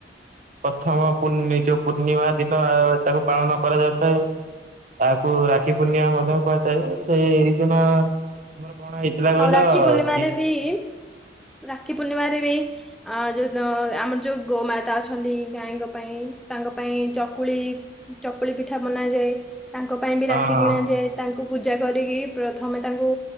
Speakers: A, on the right (about 45°); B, in the centre.
A: ପ୍ରଥମ ପୂର୍ଣି ଯୋଉ ପୂର୍ଣ୍ଣିମା ଦିନ ତାକୁ ପାଳନ କରାଯାଇଥାଏ। ତାକୁ ରାକ୍ଷୀ ପୂର୍ଣ୍ଣିମା ମଧ୍ୟ କୁହାଯାଏ। ସେଇ ଏଇ ଦିନ ଆମର କଣ ଏଇଥିଲା କହିଲ
B: ଆଉ ରାକ୍ଷୀ ପୂର୍ଣ୍ଣିମାରେ
A: ଛି
B: ବି ରାକ୍ଷୀ ପୂର୍ଣ୍ଣିମାରେ ବି। ଆ ଯୋଉ ଆମର ଯୋଉ ଗୋମାତା ଅଛନ୍ତି ଗାଈଙ୍କ ପାଇଁ ତାଙ୍କ ପାଇଁ ଚକୁଳି ଚକୁଳି ପିଠା ବନାଯାଏ। ତାଙ୍କ ପାଇଁ ବି
A: ହଁ।
B: ରାକ୍ଷୀ କିିଣା ଯେ ତାଙ୍କୁ ପୂଜା କରିକି ପ୍ରଥମେ ତାଙ୍କୁ